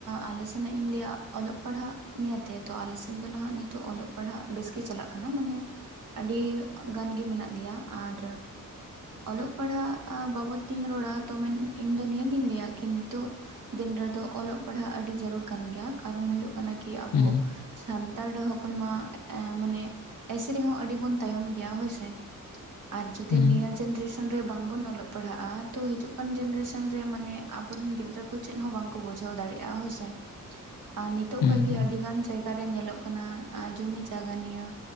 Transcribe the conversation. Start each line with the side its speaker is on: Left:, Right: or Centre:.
Right: ᱟᱞ ᱥᱮᱱᱟᱜ ᱤᱧ ᱞᱟᱹᱭᱟ ᱚᱞᱚᱜ ᱯᱟᱲᱦᱟᱜ ᱱᱤᱭᱟᱹᱛᱮ ᱛᱚ ᱟᱞᱮ ᱥᱮᱱ ᱫᱚ ᱦᱟᱜ ᱱᱤᱛᱚᱜ ᱚᱞᱚᱜ ᱯᱟᱲᱦᱟᱜ ᱵᱮᱥ ᱜᱮ ᱪᱟᱞᱟᱜ ᱠᱟᱱᱟ ᱢᱟᱱᱮ ᱟᱹᱰᱤ ᱜᱟᱱ ᱜᱮ ᱢᱮᱱᱟᱜ ᱞᱮᱭᱟ ᱟᱨ ᱚᱞᱚᱜ ᱯᱟᱲᱦᱟᱜ ᱵᱟᱵᱚᱫ ᱛᱤᱧ ᱨᱚᱲᱟ ᱛ ᱤᱧᱫᱚ ᱱᱤᱭᱟᱹᱜᱤᱧ ᱞᱟᱹᱭᱟ ᱠᱤ ᱱᱤᱛᱚᱜ ᱫᱤᱱ ᱨᱮᱫᱚ ᱚᱞᱚᱜ ᱯᱟᱲᱦᱟᱜ ᱟᱹᱰᱤ ᱡᱟᱹᱨᱩᱲ ᱠᱟᱱ ᱜᱮᱭᱟ ᱠᱟᱨᱚᱱ ᱦᱩᱭᱩᱜ ᱠᱟᱱᱟ ᱠᱤ ᱟᱵᱚ
Left: ᱦᱩᱸ
Right: ᱥᱟᱱᱛᱟᱲ ᱦᱚᱯᱚᱱ ᱢᱟ ᱮᱸ ᱢᱟᱱᱮ ᱮᱥᱮᱨᱮᱦᱚᱸ ᱟᱹᱰᱤ ᱵᱚᱱ ᱛᱟᱭᱚᱢ ᱜᱮᱭᱟ ᱦᱳᱭᱥᱮ ᱟᱨ ᱡᱩᱫᱤ
Left: ᱦᱩᱸ
Right: ᱱᱤᱭᱟᱹ ᱡᱮᱱᱨᱮᱥᱚᱱ ᱨᱮ ᱵᱟᱝᱵᱚᱱ ᱚᱞᱚᱜ ᱯᱟᱲᱦᱟᱜᱼᱟ ᱛᱚ ᱦᱤᱡᱩᱜ ᱠᱟᱱ ᱡᱮᱱᱨᱮᱥᱚᱱ <unintelligible> ᱨᱮ ᱢᱟᱱᱮ ᱟᱵᱚᱨᱮᱱ ᱜᱤᱫᱽᱨᱟᱹ ᱠᱚ ᱪᱮᱫ ᱦᱚᱸ ᱵᱟᱝᱠᱚ ᱵᱩᱡᱷᱟᱹᱣ ᱫᱟᱲᱮᱜᱼᱟ ᱦᱳᱭᱥᱮ ᱟᱨ ᱱᱤᱛᱚᱜ
Left: ᱦᱩᱸ
Right: ᱠᱷᱚᱡ ᱜᱮ
Left: ᱦᱩᱸ
Right: ᱟᱹᱰᱤ ᱜᱟᱱ ᱡᱟᱭᱜᱟ ᱨᱮ ᱧᱮᱞᱚᱜ ᱠᱟᱱᱟ ᱟᱸ ᱡᱚᱢᱤ ᱡᱟᱭᱜᱟ ᱱᱤᱭᱟᱹ